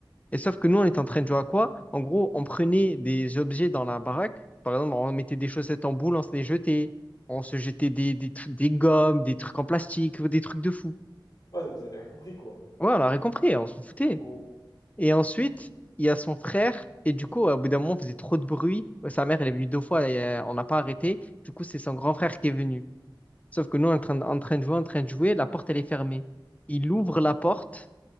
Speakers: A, on the left (about 15°); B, on the left (about 50°).
A: Et sauf que nous, on était en train de jouer à quoi? En gros, on prenait des objets dans la baraque. Par exemple, on mettait des chaussettes en boule, on se les jetait. On se jetait des, des, trucs- des gommes, des trucs en plastique, des trucs de fou.
B: Ouais, donc vous avez rien compris, quoi.
A: Ouais, on a rien compris, on s'en foutait.
B: En gros,
A: Et ensuite,
B: Ouais.
A: il y a son frère. Et du coup, au bout d'un moment, on faisait trop de bruit. Ouais, Sa mère, elle est venue deux fois et euh, on n'a pas arrêté. Du coup, c'est son grand frère qui est venu. Sauf que nous, on est en train, de- en train de jouer, en train de jouer, la porte, elle est fermée. Il ouvre la porte